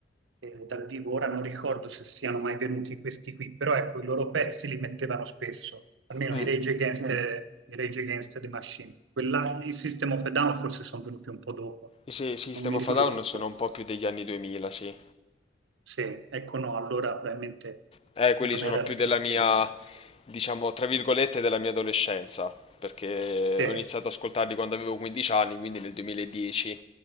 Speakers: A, on the right; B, on the left.
A: eh, dal vivo. Ora non ricordo se siano mai venuti questi qui, però ecco, i loro pezzi li mettevano spesso, almeno
B: Mm,
A: i Rage Against Eh, the, i Rage Against the Machine. Quella, i System of a Down forse sono venuti un po' dopo,
B: sì, System
A: non mi
B: of
A: ricordo.
B: a Down sono un po' più degli anni 2000, sì.
A: Sì, ecco no, allora probabilmente
B: Eh, quelli
A: non
B: sono
A: era
B: più
A: di
B: della
A: quel
B: mia,
A: periodo.
B: diciamo, tra virgolette, della mia adolescenza, perché
A: Sì,
B: ho iniziato ad ascoltarli quando avevo 15 anni, quindi nel 2010,